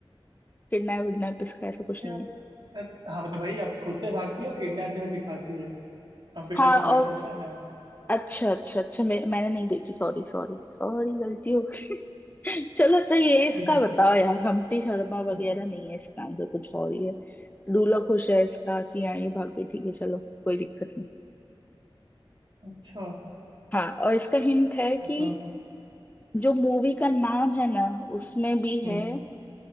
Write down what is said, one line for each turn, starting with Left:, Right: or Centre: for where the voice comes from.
Left: किडनैप विडनैप इसका ऐसा कुछ
Right: फिर
Left: नहीं है
Right: एक- हाँ मतलब भाई अब खुद से भागती है किडनैप जैसे दिखाती है कम्पटिशन
Left: हाँ
Right: शर्मा में
Left: और
Right: वही तो होता है
Left: अच्छा अच्छा अच्छा मैं, मैंने नहीं देखी सॉरी सॉरी सॉरी गलती हो गई <laughs> चलो अच्छा ये इसका
Right: ठीक है
Left: बताओ यार हम्प्टी शर्मा
Right: हम्म,
Left: वगैरह नहीं है इसका आंसर कुछ और ही है दूल्हा खुश है इसका कि हाँ ये भाग गई ठीक है चलो कोई दिक्कत नहीं
Right: अच्छा
Left: हाँ और इसका हिंट है कि
Right: अच्छा
Left: जो मूवी का नाम है ना उसमें भी
Right: हम्म
Left: है